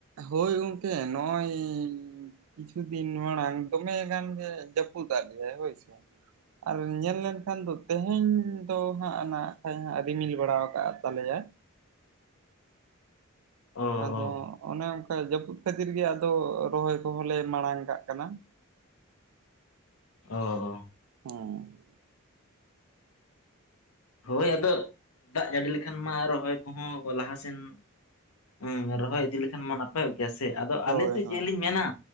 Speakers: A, on the right; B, on the left.
A: ᱦᱳᱭ ᱜᱚᱝᱠᱮ ᱱᱚᱜᱼᱚᱭ ᱠᱤᱪᱷᱩ ᱫᱤᱱ ᱢᱟᱲᱟᱝ ᱫᱚᱢᱮ ᱜᱟᱱ ᱜᱮ ᱡᱟᱹᱯᱩᱫ ᱫᱟᱜ ᱠᱮᱫᱟᱭ ᱦᱳᱭᱥᱮ᱾ ᱟᱨ ᱧᱮᱞ ᱞᱮᱱᱠᱷᱟᱱ ᱫᱚ ᱛᱮᱦᱮᱧ ᱫᱚ ᱦᱟᱸᱜ ᱱᱟᱜ ᱠᱷᱟᱡ ᱨᱤᱢᱤᱞ ᱵᱟᱲᱟ ᱟᱠᱟᱫ ᱛᱟᱞᱮᱭᱟ
B: ᱚ
A: ᱟᱫᱚ
B: ᱚ
A: ᱚᱱᱮ ᱚᱸᱼᱼ ᱡᱟᱹᱯᱩᱫ ᱠᱷᱟᱹᱛᱤᱨ ᱜᱮ ᱟᱫᱚ ᱨᱚᱦᱚᱭ ᱠᱚᱦᱚᱸ ᱞᱮ ᱢᱟᱲᱟᱝ ᱠᱟᱜ ᱠᱟᱱᱟ
B: ᱚ
A: ᱦᱮᱸ
B: ᱦᱳᱭ ᱟᱫᱚ, ᱫᱟᱜ ᱡᱟᱹᱲᱤ ᱞᱮᱠᱷᱟᱱ ᱢᱟ ᱨᱚᱦᱚᱭ ᱠᱚᱦᱚᱸ ᱞᱟᱦᱟᱥᱮᱱ ᱦᱮᱸ ᱨᱚᱦᱚᱭ ᱤᱫᱤ ᱞᱮᱠᱷᱟᱱ ᱢᱟ ᱱᱟᱼ ᱜᱮᱭᱟ ᱥᱮ ᱟᱫᱚ
A: ᱦᱳᱭ
B: ᱟᱞᱮ ᱥᱮᱪ
A: ᱦᱳᱭ
B: ᱡᱮᱞᱤᱧ ᱢᱮᱱᱟ